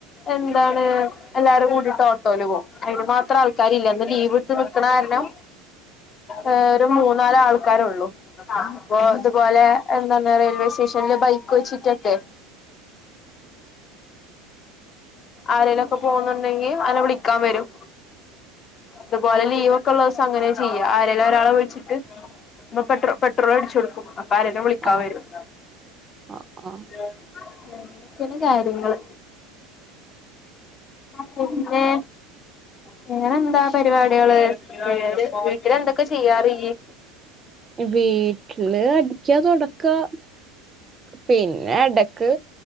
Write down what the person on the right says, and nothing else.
ആഹ്
ആഹ് ആഹ്
വീട്ടില് അടിക്കാ തൊടക്കാ പിന്നെ എടക്ക്